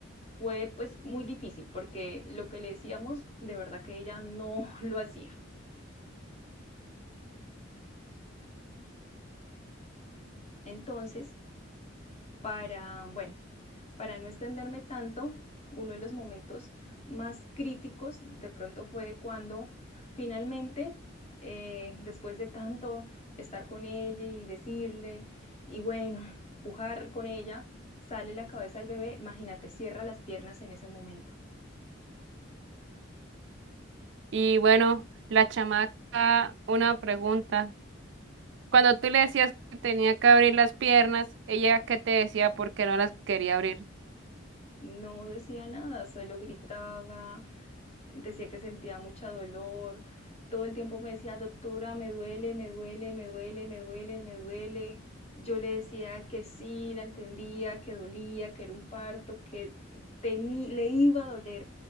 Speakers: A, on the left; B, on the right.
A: fue pues muy difícil porque lo que le decíamos de verdad que ella no <laughs> lo hacía. Entonces, para, bueno, para no extenderme tanto, uno de los momentos más críticos de pronto fue cuando finalmente, eh, después de tanto estar con ella y decirle, y bueno, <laughs> pujar con ella, sale la cabeza del bebé, imagínate, cierra las piernas en ese momento.
B: Y bueno, la chamaca, una pregunta. Cuando tú le decías que tenía que abrir las piernas, ella qué te decía porque no las quería abrir.
A: No decía nada, solo gritaba, decía que sentía mucha dolor, todo el tiempo me decía, doctora, me duele, me duele, me duele, me duele, me duele. Yo le decía que sí, la entendía, que dolía, que era un parto, que tení- le iba a doler,